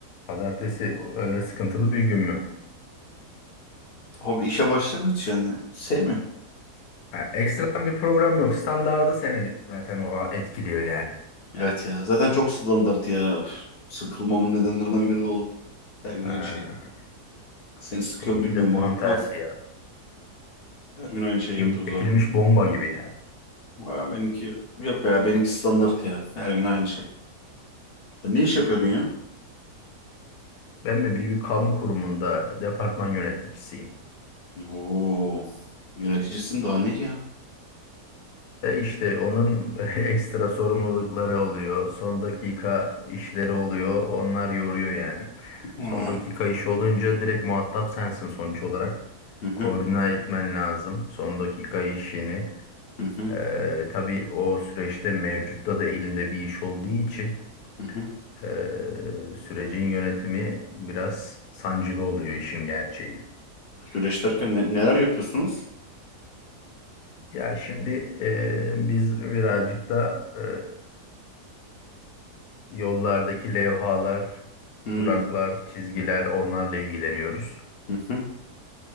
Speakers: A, on the left (about 80°); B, on the left (about 70°).
A: pazartesi öyle sıkıntılı bir gün mü?
B: Abi işe başlangıç yani. Sevmiyorum.
A: Ha, ekstradan bir program yok. Standardı seni zaten o etkiliyor yani.
B: Evet ya. Zaten çok standart ya. Üf. Sıkılmamın nedenlerinden biri de o. Her gün
A: Ha,
B: aynı şey. Seni sıkıyor
A: seninki
B: mu bilmiyorum
A: de tam
B: o.
A: tersi
B: Hah.
A: ya.
B: Her gün aynı şeyi
A: Kimi
B: yapıyoruz
A: çekilmiş
B: abi.
A: bomba gibi yani.
B: Aa, benimki yok ya. Benimki standart ya. Her gün aynı şey. Sen ne iş yapıyordun ya?
A: Ben mi bir kamu kurumunda departman yöneticisiyim.
B: Oo. Yöneticisin daha ne ya?
A: E işte onun <laughs> ekstra sorumlulukları oluyor. Son dakika işleri oluyor. Onlar yoruyor yani.
B: Ha.
A: Son dakika işi olunca direkt muhatap sensin sonuç olarak.
B: Hı hı.
A: Koordine etmen lazım son dakika işini.
B: Hı hı.
A: E, tabii o süreçte mevcutta da elinde bir iş olduğu için
B: Hı hı.
A: e, sürecin yönetimi biraz sancılı oluyor işin gerçeği.
B: Süreç derken ne- neler yapıyorsunuz?
A: Ya şimdi eee, biz birazcık da e, Yollardaki levhalar,
B: Hı.
A: duraklar, çizgiler onlarla ilgileniyoruz.
B: Hı hı.